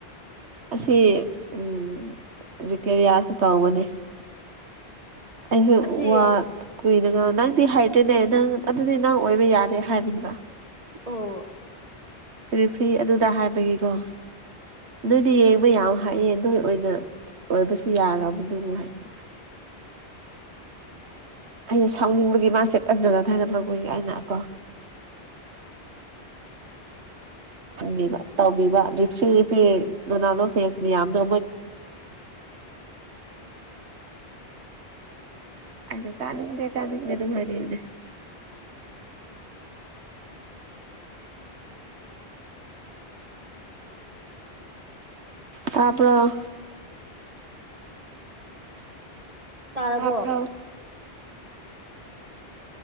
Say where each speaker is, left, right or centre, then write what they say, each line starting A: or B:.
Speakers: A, on the right; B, on the right.
A: ꯑꯁꯤ ꯎꯝ ꯖꯤꯀꯦꯌꯥꯁꯨ ꯇꯧꯕꯅꯤ ꯑꯩꯁꯨ
B: ꯑꯁꯤ
A: ꯋꯥ ꯀꯨꯏꯅꯒ ꯅꯪꯗꯤ ꯍꯥꯏꯗ꯭ꯔꯦꯅꯦ ꯅꯪ ꯑꯗꯨꯗꯤ ꯅꯪ ꯑꯣꯏꯕ ꯌꯥꯔꯦ ꯍꯥꯏꯕꯤꯕ
B: ꯑꯣ
A: ꯔꯤꯐꯤ ꯑꯗꯨꯗ ꯍꯥꯏꯕꯒꯤꯀꯣ ꯅꯣꯏꯗꯤ ꯌꯦꯡꯕ ꯌꯥꯝ ꯍꯥꯏꯌꯦ ꯅꯣꯏ ꯑꯣꯏꯅ ꯑꯣꯏꯕꯁꯨ ꯌꯥꯔꯕꯗꯨꯕꯨ ꯍꯥꯏꯕꯤꯌꯨ ꯑꯩꯅ ꯁꯥꯎꯅꯤꯡꯕꯒꯤ ꯃꯥꯁꯦ ꯁꯇ‌ꯦꯇꯁꯇꯒ ꯙꯥꯒꯠꯂꯛꯄꯩ ꯑꯩꯅ ꯀꯣ ꯌꯦꯡꯕ ꯇꯧꯕꯤꯕ ꯔ‌ꯦꯐꯔꯤ ꯔ‌ꯦꯐꯔꯤ ꯔꯣꯅꯥꯜꯗꯣ ꯐꯦꯟꯁ ꯃꯌꯥꯝꯗꯣ ꯑꯩꯅ ꯇꯥꯅꯤꯡꯗꯦ ꯇꯥꯅꯤꯡꯗꯦ ꯑꯗꯨꯝ ꯍꯥꯏꯕꯤꯌꯨꯅꯦ ꯇꯥꯕꯔ‌ꯣ
B: ꯇꯥꯔꯕꯣ
A: ꯇꯥꯕ꯭ꯔꯣ